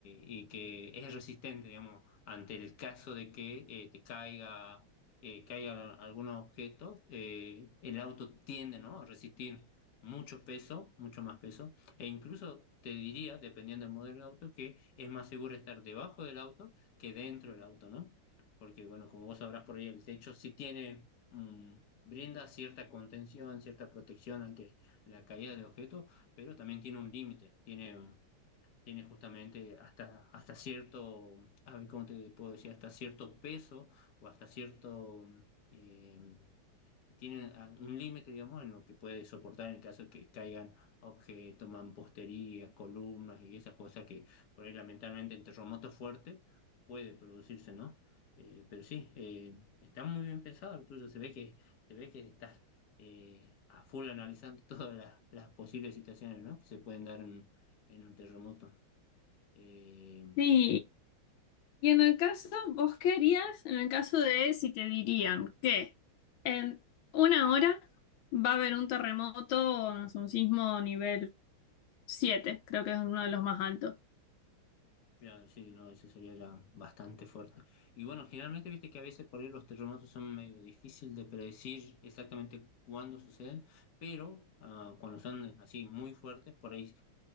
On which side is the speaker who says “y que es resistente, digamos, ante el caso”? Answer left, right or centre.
Left